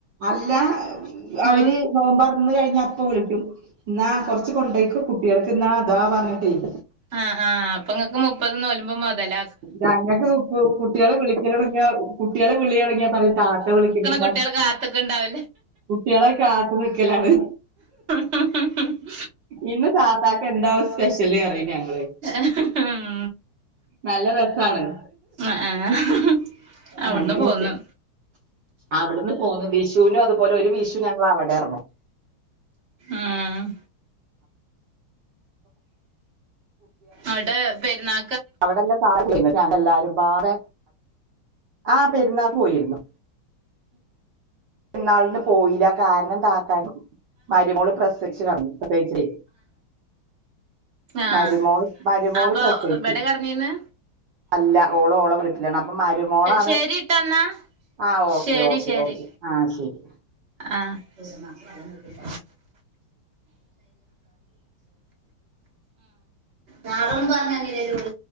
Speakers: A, on the right (about 65°); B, on the right (about 35°).
A: അല്ല അവര്
B: ഉം
A: നോമ്പറന്ന് കഴിഞ്ഞ അപ്പോ വിളിക്കും ഇന്നാ കൊറച്ച് കൊണ്ടൊയ്ക്കോ കുട്ടികൾക്ക്ന്നാ അതാ പറഞ്ഞിട്ടേയ്
B: ആഹ് ആഹ് ആഹ് അപ്പങ്ങക്ക് മുപ്പത് തോൽമ്പും മൊതല
A: ഞങ്ങക്ക് ത്പ്പോ കുട്ട്യോള് വിളിക്കലൊട്ങ്ങ്യാ കുട്ട്യോള് വിളിയൊടങ്ങ്യാപറയും താത്ത വിളിക്ക്ണ്ട്ന്ന്.
B: കുട്ടേള് കാത്ത്ക്ണ്ടാവ
A: കുട്ടേളെ കാത്ത്ക്കലാണ്.
B: ഹും ഹും ഹു
A: ഇന്ന് താത്താക്കെന്താവും സ്പെഷ്യല് പറിം ഞങ്ങള്.
B: ഹും ഹു ഹൂ
A: നല്ല രസാണ്
B: അ ആഹ് അവ്ട്ന്ന്
A: ആങ്ങനെക്കെ
B: പോന്നു
A: അവ്ട്ന്ന് പോന്നു വിഷൂനു അതുപോലെ ഒരു വിഷു ഞങ്ങൾ അവടെർന്നു.
B: ഉം ആടെ പെരുന്നാ
A: അവിടെല്ലാം <inaudible> എല്ലാരും പാടെ ആഹ് പെരുന്നാക് പോയിരുന്നു. പെര്ന്നാളിന് പോയില കാരണം താത്താക്ക് മരുമോള് പ്രസവിച്ചു കടന്നു പ്രസവിച്ചേ
B: ആഹ്
A: മരുമോള് മരുമോള്
B: അപ്പൊ
A: പ്രസവിച്ചു.
B: ഇബടെ കെടന്നീന്ന്
A: അല്ല ഓള് ഓളെ വീട്ടിലാണ് അപ്പൊ മരുമോളാണ്
B: ശരിട്ടന്നാ
A: ആഹ് ഓക്കേ
B: ശരി
A: ഓക്കേ
B: ശരി
A: ഓക്കെ ആഹ് ശരി.
B: ആഹ് <inaudible> ആഹ് ഞങ്ങളോടൊന്നും പറഞ്ഞന്നില്ലലോ ഓൾ